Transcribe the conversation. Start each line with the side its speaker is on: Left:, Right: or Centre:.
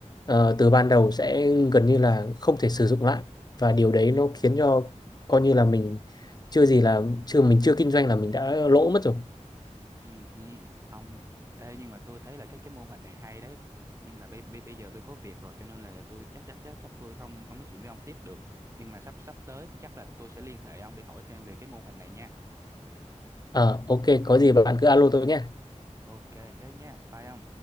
Left: ờ, từ ban đầu sẽ gần như là không thể sử dụng lại và điều đấy nó khiến cho coi như là mình chưa gì là chưa mình chưa kinh doanh là mình đã lỗ mất rồi.
Right: Ừ, ừ, ông ê nhưng mà tôi thấy là cái cái mô hình này hay đấy nhưng mà bây bây bây giờ tôi có việc rồi cho nên là tôi chắc chắc chắc chắc tôi không không nói chuyện với ông tiếp được nhưng mà sắp sắp tới thì chắc là tôi sẽ liên hệ ông để hỏi thêm về cái mô hình này nha
Left: Ờ ok có gì bạn cứ alo tôi nhé.
Right: ok thế nha bye ông